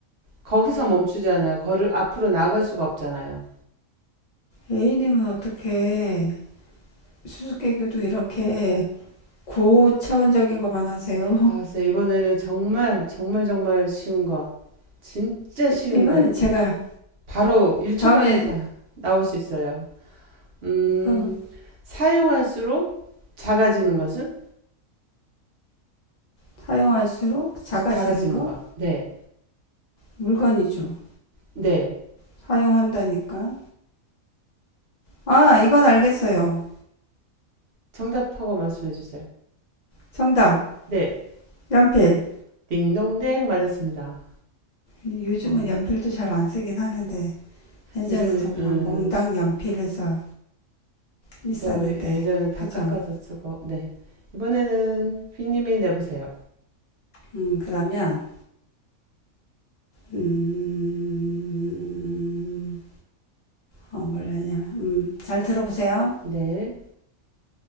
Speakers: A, on the right; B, on the left.
A: 거기서 멈추잖아요. 거를 앞으로 나갈 수가 없잖아요.
B: A님은 어떻게 수수께끼도 이렇게 고차원적인 것만 하세요?
A: 아, 진짜 이번에는 정말, 정말, 정말 쉬운 거. 진짜 쉬운
B: 이번에
A: 거.
B: 제가
A: 바로 1초
B: 다음에
A: 만에 다 나올 수 있어요. 음,
B: 그럼
A: 사용할수록 작아지는 것은?
B: 사용할수록 작아지는
A: 작아지는
B: 거
A: 것. 네.
B: 물건이죠.
A: 네.
B: 사용한다니까. 아, 이건 알겠어요.
A: 정답하고 말씀해 주세요.
B: 정답.
A: 네.
B: 연필.
A: 딩동댕 맞았습니다.
B: 요즘은
A: 어,
B: 연필도 잘 안 쓰긴 하는데 예전에
A: 요즘,
B: 정말
A: 음,
B: 몽당 연필해서 있었는데
A: 저 예전에 다
B: 그죠?
A: 깎아서 쓰고, 네. 이번에는 비님이 내보세요.
B: 음, 그러면 음, 어, 뭐라냐? 음, 잘 들어보세요.
A: 네.